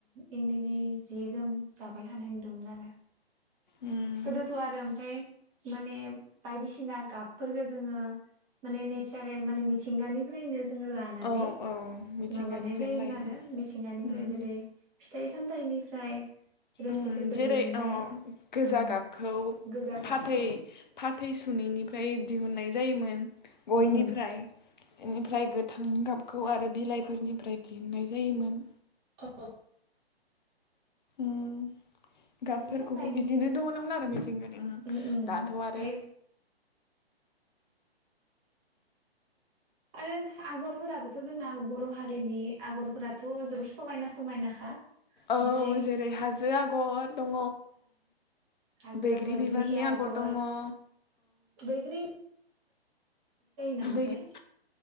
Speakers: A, on the right; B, on the left.
A: इन्दिनि जि जोम दाबाय थानाय नुदोंमोन आरो।
B: उम
A: गोदोथ' आरो ओमफ्राय माने बायदिसिना गाबफोरफोरखौ जोङो माने नेचारेल माने मिथिंगानिफ्रायनो लानानै
B: औ औ मिथिंगानिफ्रायनो
A: माबानाय जायोन
B: लायोमोन
A: आरो मिथिंगानिफ्राय
B: उम
A: जेरै फिथाइ सामथायाइनिफ्राय रोसिफोरखौ
B: उम जेरै
A: दिहुननाय
B: औ गोजा
A: ओं
B: गाबखौ
A: गोजा गाबखौ
B: फाथै फाथै सुनैनिफ्राय दिहुननाय जायोमोन। गयनिफ्राय
A: उम
B: बेनिफ्राय गोथां गाबखौ आरो बिलाइफोरनिफ्राय दिहुननाय जायोमोन।
A: <unintelligible>
B: ओं गाबफोरखौबो
A: बिदिनो बायदि
B: बिदिनो
A: बायदि
B: दिहुनोमोन आरो मिथिंगारि
A: उम उम ओमफ्राय
B: दाथ' आरो
A: आरो आगरफोराबोथ' जोंना बर' हारिनि आगरफोराथ' जोबोर समायना समायनाखा।
B: औ
A: ओमफ्राय
B: जेरै हाजो आगर दङ
A: हाजो
B: बैग्रि
A: आगर,
B: बिबारनि
A: दिंखिया आगर,
B: दङ औ
A: बैग्रि, नामाथाय।
B: बैग्रि